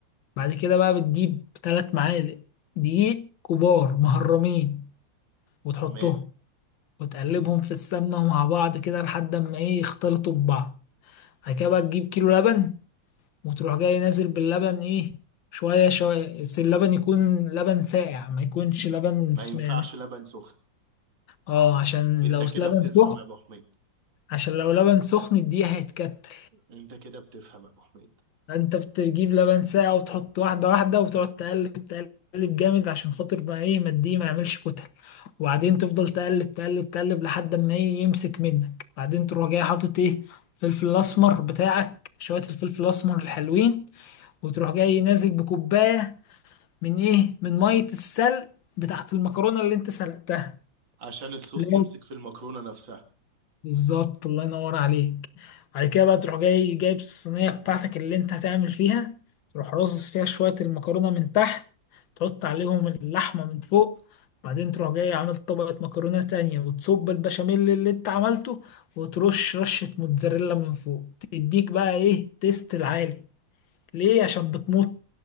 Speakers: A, on the left; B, on the right.
A: بعد كده بقى بتجيب ثلاث معالق دقيق كبار مهرمين وتحطهم
B: تمام
A: وتقلبهم في السمنه مع بعض كده لحد ما ايه يختلطوا ببعض بعد كده بقى تجيب كيلو لبن وتروح جاي نازل باللبن ايه شوية شوية بس اللبن يكون لبن ساقع ما يكونش لبن
B: ما
A: سم...
B: ينفعش لبن سخن
A: اه عشان
B: انت
A: لو
B: كده
A: لبن
B: بتفهم
A: سخن
B: يا ابو حميد
A: عشان لو لبن سخن الدقيق هيتكتل
B: انت كده بتفهم يا ابو حميد
A: فانت بتجيب لبن ساقع وتحط واحدة واحدة وتقعد تقلب تقلب جامد عشان خاطر ما ايه ما الدقيق ما يعملش كتل وبعدين تفضل تقلب تقلب تقلب لحد ما ايه يمسك منك بعدين تروح جاي حاطط ايه الفلفل الاسمر بتاعك شوية الفلفل الاسمر الحلوين وتروح جاي نازل بكوباية من ايه من ميه السلق بتاعت المكرونه اللي انت سلقتها
B: عشان الصوص
A: لازم
B: يمسك في المكرونة نفسها
A: بالظبط الله ينور عليك بعد كده بقى تروح جاي جايب الصينيه بتاعتك اللي انت هتعمل فيها تروح رصص فيها شويه المكرونه من تحت تحط عليهم اللحمه من فوق بعدين تروح جاي عامل طبقة مكرونة تانية وتصب البشاميل اللي انت عملته وترش رشة موتزاريلا من فوق تديك بقى ايه تيست العالي ليه عشان بتمط